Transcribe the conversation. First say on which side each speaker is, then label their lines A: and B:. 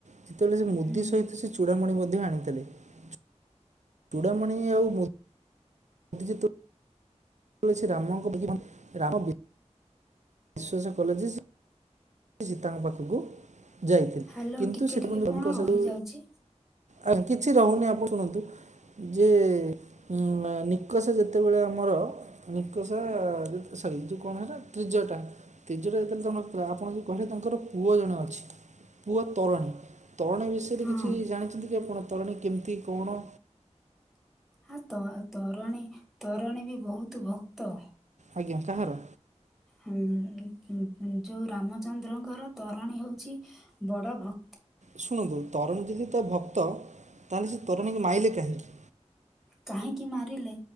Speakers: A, on the right; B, in the centre.
A: ଯେତେବେଳେ ସେ ମୁଦି
B: ହୁଁ
A: ସହିତ ସେ ଚୂଡ଼ାମଣି ମ ମଧ୍ୟ ଆଣିଥିଲେ ଚୁ ଚୁଡ଼ାମଣି ଆଉ ମୁ ଯେହେତୁ ସେ ରାମଙ୍କ <inaudible> ବିଶ୍ୱାସ କଲେ ଯେ ସେ ସୀତାଙ୍କ ପାଖେ କୁଯାଇଥିଲେ
B: ହାଲୋ
A: କିନ୍ତୁ
B: ଟିକେ
A: ସେ <unintelligible>
B: ଟିକେ କଣ ରହିଯାଉଛି
A: ଆଜ୍ଞା କିଛି ରହୁନି ଆପଣ ଶୁଣନ୍ତୁ। ଯେ ଉ ନିକସା ଯେତେବେଳେ ଆମର ନିକସା ସେଇ ଯୋଉ କଣ ହେଲା ତ୍ରିଜଟା ତ୍ରିଜଟା ଯେତେଥିଲା ଆପଣ ଯୋଉ କହେ ତାଙ୍କର ପୁଅ ଜଣେ ଅଛି ପୁଅ ତରଣୀ ତରଣୀ ବିଷୟରେ
B: ହଁ
A: କିଛି ଜାଣିଛନ୍ତି କି? କିଏ ଆପଣ ତରଣୀ କେମିତି କଣ?
B: ଆ ତ ତରଣୀ ତରଣୀ ବି ବହୁତ ଭକ୍ତ।
A: ଆଜ୍ଞା କାହାର?
B: ଉ ଊ ଯୋଉ ରାମଚନ୍ଦ୍ରଙ୍କର ତରଣୀ ହେଉଛି ବଡ଼ ଭ
A: ଶୁଣନ୍ତୁ ତରଣୀ ଯଦି ତା ଭକ୍ତ ତାହେଲେ ସେ ତରଣୀ କି ମାଇଲେ କାହିଁକି?
B: କାହିଁକି ମାରିଲେ